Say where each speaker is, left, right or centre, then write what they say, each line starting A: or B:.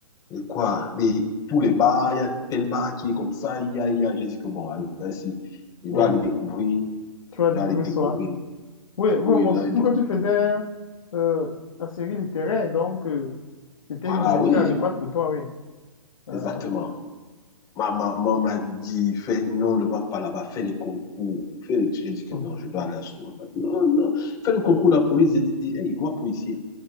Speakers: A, on the left; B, on the left.
A: euh, quoi, les, tous les bars, il y a tel bar qui est comme ça, il y a, il y a, j'ai dit que bon, alors, si, je dois
B: oui.
A: aller découvrir,
B: Tu vas
A: il
B: découvrir
A: doit aller découvrir,
B: soi. Oui, oui,
A: oui,
B: moi,
A: je dois
B: surtout
A: aller découvrir,
B: que tu faisais euh, la série littéraire, donc euh, c'était
A: voilà,
B: une université
A: oui,
B: adéquate pour toi, oui. Euh,
A: exactement. Ma maman m'a dit, fais, non, ne va pas là-bas, fais les concours, fais les études. J'ai dit que
B: hum,
A: non, je dois aller à Souma. Non, non, fais le concours de la police. J'ai dit, hey, moi, policier.